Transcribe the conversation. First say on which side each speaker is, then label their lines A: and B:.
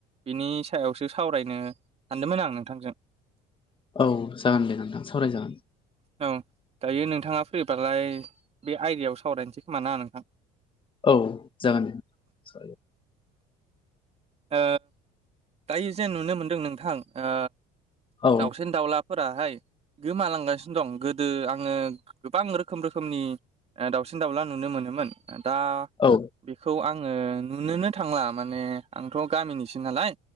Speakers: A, on the right; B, on the left.
A: बिनि सायावसो सावरायनो सानदोंमोन आं नोंथांजों।
B: औ जागोन दे नोंथां सावरायजागोन।
A: औ दायो नोंथाङा फ्रिबालाय बे आयदायाव सावरायनोसै खोमा ना नोंथां
B: औ जागोन दे।
A: ओ दायो जों नुनो मोनदों नोंथां ओ
B: औ
A: दाउसिन दाउलाफोराहाय गोमालांगासिनो दं गोदो आङो गोबां रोखोम रोखोमनि दाउसिन दाउला नु नो मोनोमोन दा
B: औ
A: बेखौ आङो नुनोनो थांला माने आंथ' गामिनिसो नालाय